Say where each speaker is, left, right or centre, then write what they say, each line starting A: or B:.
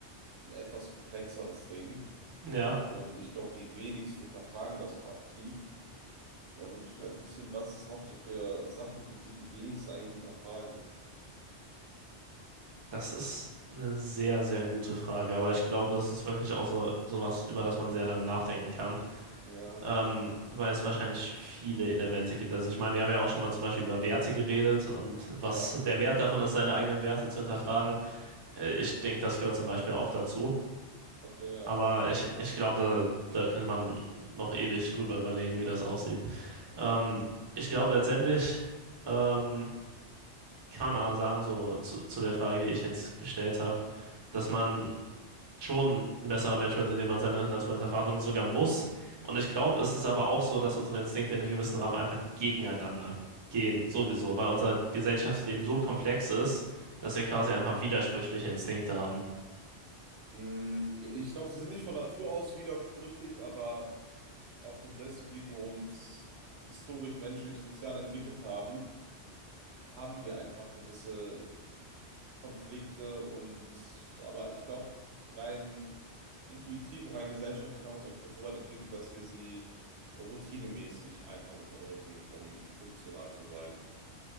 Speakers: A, on the right; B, on the right.
A: ein etwas komplexeres Ding
B: ja.
A: und ich glaube, die wenigsten hinterfragen das auch aktiv. Da würde mich mal interessieren, was es noch so für Sachen gibt, die die wenigsten eigentlich hinterfragen.
B: Das ist eine sehr, sehr gute Frage, aber ich glaube, das ist wirklich auch so sowas, über das man sehr lange nachdenken kann,
A: Ja,
B: ähm, weil es wahrscheinlich viele Elemente gibt. Also ich meine, wir haben ja auch schon mal zum Beispiel über Werte geredet und was
A: ja,
B: <laughs> der Wert davon ist, seine eigenen Werte zu hinterfragen. Äh, ich denke, das gehört zum Beispiel auch dazu.
A: okay, ja,
B: Aber
A: ja.
B: ich, ich glaube, da, da könnte man noch ewig drüber überlegen, wie das aussieht. Ähm,
A: Hm.
B: ich glaube letztendlich, ähm, kann man aber sagen, so zu, zu der Frage, die ich jetzt gestellt habe, dass man schon ein besserer Mensch wird, indem man seine Natur hinterfragt und sogar muss. Und ich glaube, es ist aber auch so, dass unsere Instinkte in einem gewissen Rahmen einfach gegeneinander gehen, sowieso, weil unser Gesellschaftsleben so komplex ist, dass wir quasi einfach widersprüchliche Instinkte haben.
A: Mm, Ich glaube, sie sind nicht von Natur aus widersprüchlich, aber aufgrund dessen, wie wir uns historisch, menschlich, sozial entwickelt haben, haben wir einfach gewisse Konflikte und, aber ich glaube, rein intuitiv und rein gesellschaftlich haben wir uns auch schon so weit entwickelt, dass wir sie routinemäßig einfach unterdrücken, um funktional zu sein.